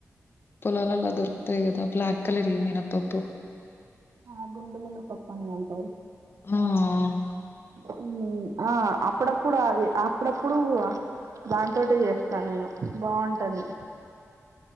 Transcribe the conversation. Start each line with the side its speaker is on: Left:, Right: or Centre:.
Left: పొలాలలో దొరుకుతాయి కదా బ్లాక్ కలర్ వి మినప్పప్పు
Right: ఆ గుండు మినప్పప్పు అని అంటారు.
Left: హూమ్
Right: ఉహ్ ఆ అప్పుడప్పుడు అది అప్పుడప్పుడు దాంతోటి చేస్తా నేను బాగుంటంది